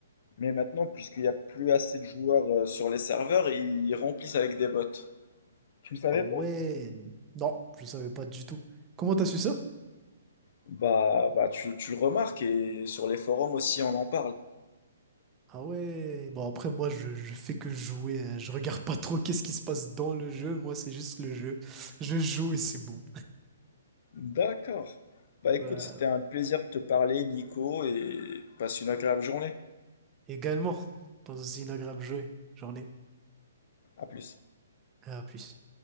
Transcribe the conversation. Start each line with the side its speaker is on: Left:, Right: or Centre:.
Left: Mais maintenant, puisqu'il n'y a plus assez de joueurs euh, sur les serveurs, ils remplissent avec des bots. Tu le savais
Right: Ah
Left: pas?
Right: ouais. Non, je savais pas du tout. Comment t'as su ça?
Left: Bah, bah tu, tu le remarques et sur les forums aussi on en parle.
Right: Ah ouais. Bon, après, moi, je, je fais que jouer. hein. Je regarde pas trop qu'est-ce qui se passe dans le jeu. Moi, c'est juste le jeu. Je joue et c'est bon.
Left: D'accord. Bah écoute,
Right: <laughs> Voilà.
Left: c'était un plaisir de te parler, Nico, et passe une agréable journée.
Right: Également, pas aussi une agréable jouer. Journée.
Left: À plus.
Right: À plus.